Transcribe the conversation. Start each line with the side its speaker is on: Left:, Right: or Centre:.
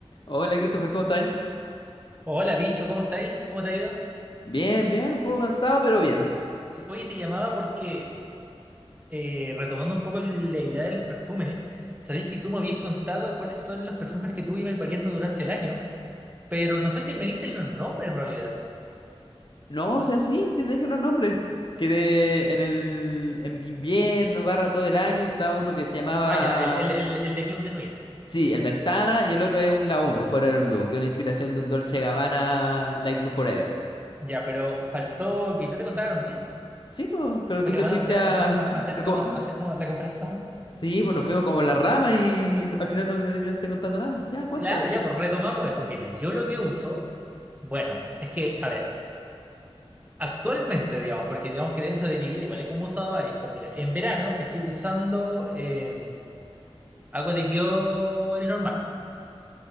Left: Hola Christopher, ¿cómo estáis?
Right: Hola, bicho, ¿cómo estáis? ¿Cómo te ha ido?
Left: Bien, bien, un poco cansado, pero bien.
Right: Sí, oye, te llamaba porque, eh, retomando un poco la idea de los perfumes, sabéis que tú me habías contado cuáles son los perfumes que tú ibas variando durante el año, pero no sé si me diste los nombres en realidad.
Left: No, o sea, sí, sí, te dije los nombres. Que de- en el en invierno, barra todo el año, usaba uno que se llamaba...
Right: Ah, ya, el, el, el, el de Club de Nuit.
Left: Sí, el Ventana y el otro es un La uno Forever Blue, que es una inspiración de un Dolce Gabbana Light Blue Forever.
Right: Ya, pero faltó que yo te contara los míos,
Left: Sí, po, pero
Right: porque
Left: tú te
Right: van
Left: fuiste
Right: a hacer,
Left: a...
Right: a- a-
Left: <laughs>
Right: hacer
Left: no,
Right: como,
Left: como-
Right: hacer como la comparación.
Left: Sí, pues nos fuimos como en la rama y al final no me terminaste contando nada. Ya, cuéntame.
Right: Claro, ya, pues retomamos eso. Mira, yo lo que uso, bueno, es que, a ver. Actualmente, digamos, porque digamos que dentro de mi vida igual he como usado varios, pero mira, en verano estoy usando eh, agua de Kio el normal.